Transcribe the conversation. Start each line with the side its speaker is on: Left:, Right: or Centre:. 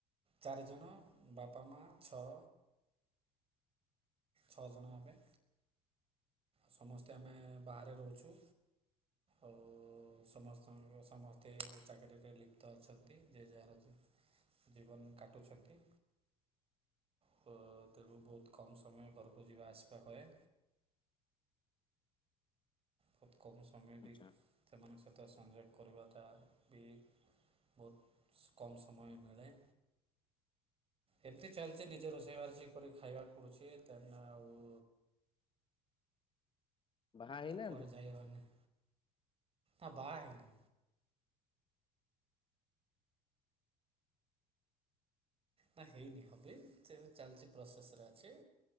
Right: ଚାରିଜଣ ବାପା ମା ଛଅ। ଛଅ ଜଣ ଆମେ। ସମସ୍ତେ ଆମେ ବାହାରେ ରହୁଛୁ। ଆଉ ସମସ୍ତଙ୍କ ସମସ୍ତ ଏତେ ଚାକିରିରେ ଲିପ୍ତ ଅଛନ୍ତି। ଯେ ଯାହାର ଜୀବନ କାଟୁଛନ୍ତି। ତ ତେଣୁ ବହୁତ କମ୍ ସମୟ ଘରକୁ ଯିବା ଆସିବା ହୁଏ। ବହୁତ କମ୍ ସମୟ ବି
Left: ଆଚ୍ଛା
Right: ସେମାନଙ୍କ ସହିତ ସଂଯୋଗ କରିବାଟା ବି ବହୁତ କମ୍ ସମୟ ମିଳେ। ଏମିତି ଚାଲିଛି ନିଜେ ରୋଷେଇବାର ସେ କର ଖାଇବାକୁ ପଡ଼ୁଛି ତନ ଆଉ
Left: ବାହା ହେଇନାହାନ୍ତି?
Right: କୁଆଡେ ଯାଇ ହବା ନାହିଁ। ଆ ବା ହେଇନି। ନା ହେଇନି ହେବି ସେ ଚାଲିଛି ପ୍ରୋସେସ୍ରେ ଅଛି।